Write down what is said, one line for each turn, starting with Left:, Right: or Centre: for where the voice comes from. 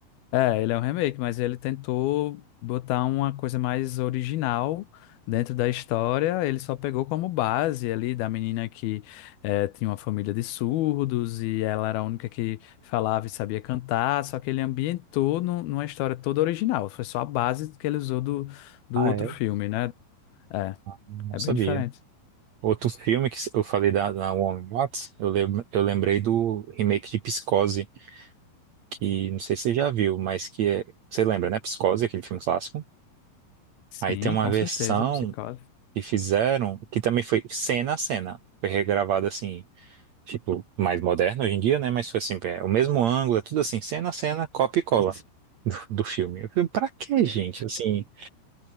Left: é, ele é um remake, mas ele tentou botar uma coisa mais original dentro da história. Ele só pegou como base ali da menina que eh, tinha uma família de surdos e ela era a única que falava e sabia cantar. Só que ele ambientou nu- numa história toda original. Foi só a base que ele usou do, do
Right: Ah,
Left: outro
Right: é?
Left: filme, né? É,
Right: Não
Left: é
Right: sabia.
Left: bem diferente.
Right: Outro filme que eu falei da, da Naomi Watts, eu, lem, eu lembrei do remake de Psicose, que não sei se você já viu, mas que é. Você lembra, né? Psicose, aquele filme clássico.
Left: Sim,
Right: Aí tem uma
Left: com
Right: versão
Left: certeza, psicose.
Right: que fizeram, que também foi cena a cena. Foi regravada assim. tipo, mais moderno hoje em dia, né? Mas foi assim, é o mesmo ângulo, é tudo assim, cena a cena, copia e cola do, do filme. Eu falei, pra que, gente? Assim,